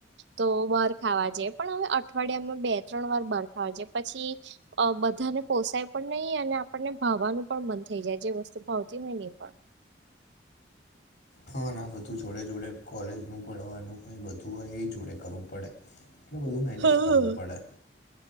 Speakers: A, on the right; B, on the left.
A: તો બાર ખાવા જે પણ હવે અઠવાડિયામાં બે ત્રણ વાર બરખાવા છે પછી. અ બધાને પોસાય પણ નહી અને આપણને ભાવવાનું પણ મન થઈ જાય જે વસ્તુ ભાવતી હોય ને એ પણ.
B: હા, અને બધું જોડે જોડે કોલેજનું ભણવાનું હોય, બધું હોય એ જોડે કરવું પડે. એટલું બધું મેનેજ
A: હા
B: કરવું પડે.